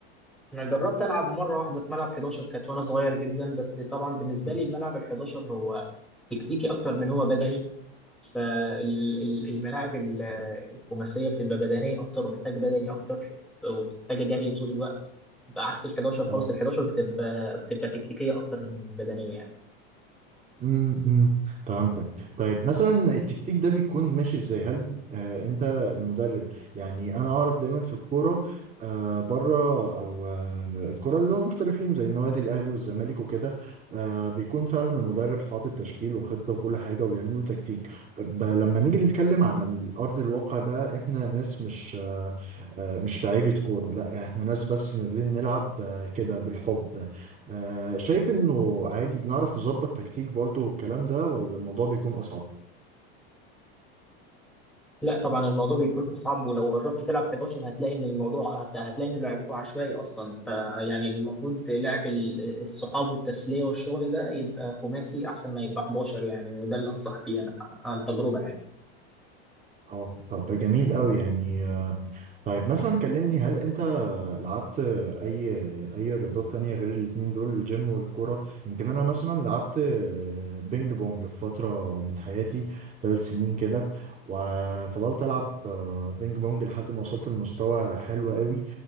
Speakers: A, in the centre; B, on the right.
A: انا جربت العب مره واحده في ملعب 11 كانت وانا صغير جدا بس طبعا بالنسبه
B: مم.
A: لي الملعب ال 11 هو تكتيكي اكتر من هو بدني فالملاعب الخماسيه بتبقى بدنيه اكتر ومحتاج بدني اكتر ومحتاجه جري طول الوقت بعكس ال 11
B: اه
A: خالص ال 11 بتبقى بتبقى تكتيكيه اكتر من بدنيه يعني
B: امم فهمتك طيب مثلا التكتيك ده بيكون ماشي ازاي هل آه انت المدرب يعني انا اعرف دايما في الكوره آه بره او آه الكوره اللي هو المحترفين زي النوادي الاهلي والزمالك وكده آه بيكون فعلا المدرب حاطط تشكيل وخطه وكل حاجه وبيعملوا تكتيك ب- لما نيجي نتكلم عن الارض الواقع بقى احنا ناس مش آه آه، مش لعيبه كوره لا احنا ناس بس نازلين نلعب آه كده بالحب آه، شايف انه عادي بنعرف نظبط تكتيك برضو والكلام ده ولا الموضوع بيكون اصعب
A: لا طبعا الموضوع بيكون اصعب ولو جربت تلعب 11 هتلاقي ان الموضوع هت- هتلاقي ان لعبكم عشوائي اصلا فيعني المفروض لعب ال- الصحاب والتسليه والشغل ده يبقى خماسي احسن ما يبقى 11 يعني وده اللي انصح بيه انا عن تجربه يعني
B: اه طب ده جميل قوي يعني آه، طيب مثلا كلمني هل انت لعبت اي اي رياضات تانية غير الاتنين دول الجيم والكورة يمكن انا مثلا لعبت آه، بينج بونج في فترة من حياتي ثلاث سنين كده وفضلت العب آه، بينج بونج لحد ما وصلت لمستوى حلو قوي